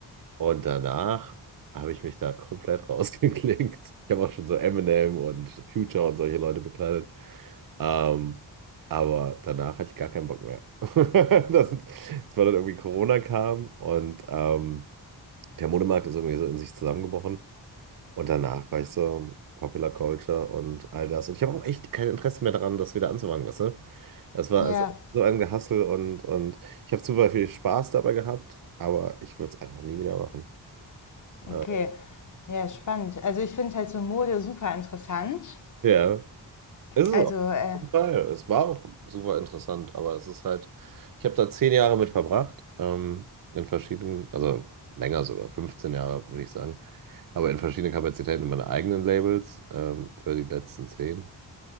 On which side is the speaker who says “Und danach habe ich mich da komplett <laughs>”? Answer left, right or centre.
Right